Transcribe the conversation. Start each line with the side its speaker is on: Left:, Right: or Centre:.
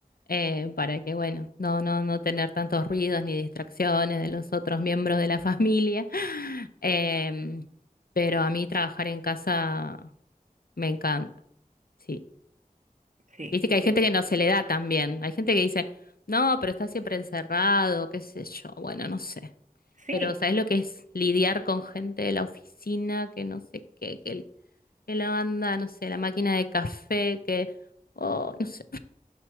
Left: eh, para que, bueno, no, no, no tener tantos ruidos ni distracciones de los otros miembros de la familia. <laughs> Em, pero a mí trabajar en casa me encanta, sí.
Right: Sí,
Left: Viste que hay
Right: sí,
Left: gente que no se le da también. Hay gente que dice, no, pero está siempre encerrado, qué sé yo, bueno, no sé.
Right: sí,
Left: Pero ¿sabes lo que es lidiar con gente de la oficina que no sé qué, que el que la banda, no sé, la máquina de café, que, oh, no sé.